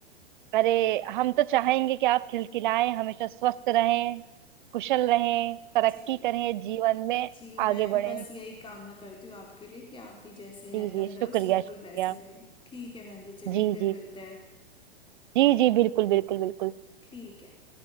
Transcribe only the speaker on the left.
जी
जी मैं
भी बस यही कामना करती हूँ आपके लिए कि आप भी जैसे हैं
तंदुरुस्त
बिल्कुल
वैसी रहे ठीक है बहन जी चलिए
फिर
मिलते
हैं
ठीक है